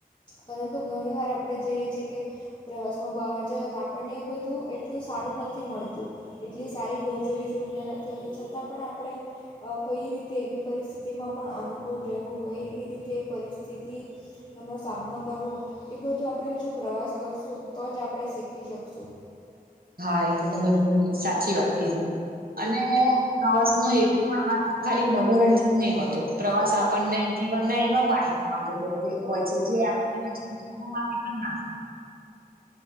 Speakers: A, on the left; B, on the right.
A: પરંતુ ઘણી વાર આપણે જઈએ છે કે, પ્રવાસમાં બહાર જયો તો આપણને એ બધું એટલું સારું નથી મળતું. એટલી સારી ઘર જેવી સુવિધા નથી હોતી છતાં પણ આપણે અ કઈ રીતે એવી પરિસ્થિતિમાં પણ અનુકૂળ રહેવું કંઈ એ રીતે પરિસ્થિતિ તમનો સામનો કરવો એ બધું આપણે જો પ્રવાસ કરશું તો જ આપણે શીખી શકશું.
B: હા એ તો તમે ઘણી સાચી વાત કીધી અને પ્રવાસ નો હેતુ પણ માત્ર ખાલી મનોરંજન નહી હોતો પ્રવાસ આપણને જીવન ના એવા પાઠ ભણવતો હો કે હોય છે જે આપ <unintelligible>